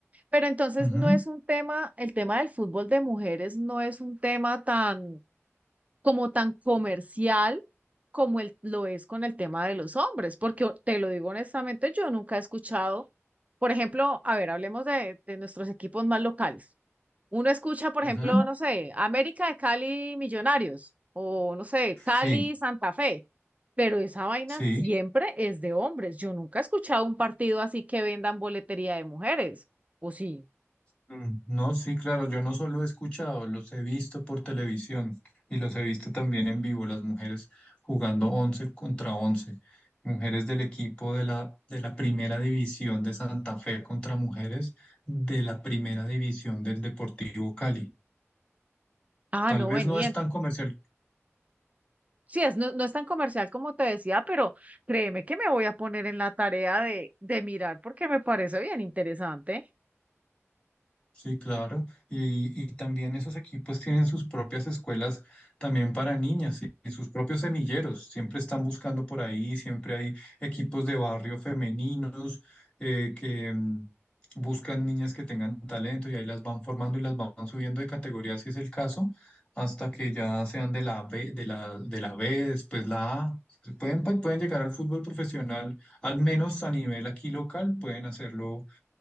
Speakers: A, on the right; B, on the left.
A: pero entonces
B: Ujú,
A: no es un tema, el tema del fútbol de mujeres no es un tema tan como tan comercial como el, lo es con el tema de los hombres, porque o- te lo digo honestamente, yo nunca he escuchado, por ejemplo, a ver, hablemos de, de nuestros equipos más locales. Uno escucha, por
B: ujú.
A: ejemplo, no sé, América de Cali Millonarios o no sé, Cali
B: Sí,
A: Santa Fe, pero esa vaina
B: sí.
A: siempre es de hombres. Yo nunca he escuchado un partido así que vendan boletería de mujeres. ¿O sí?
B: Mm, No, sí, claro, yo no solo he escuchado, los he visto por televisión y los he visto también en vivo, las mujeres jugando 11 contra 11, mujeres del equipo de la, de la primera división de Santa Fe contra mujeres de la primera división del Deportivo Cali.
A: Ah,
B: Tal
A: no
B: vez
A: venían.
B: no es tan comercial
A: Sí, es, no, no es tan comercial como te decía, pero créeme que me voy a poner en la tarea de, de mirar porque me parece bien interesante
B: Sí, claro. Y, y también esos equipos tienen sus propias escuelas también para niñas y, y sus propios semilleros. Siempre están buscando por ahí, siempre hay equipos de barrio femeninos eh, que mm, buscan niñas que tengan talento y ahí las van formando y las van subiendo de categoría, si es el caso, hasta que ya sean de la B, de la, de la B, después la A. Pueden, pueden llegar al fútbol profesional, al menos a nivel aquí local, pueden hacerlo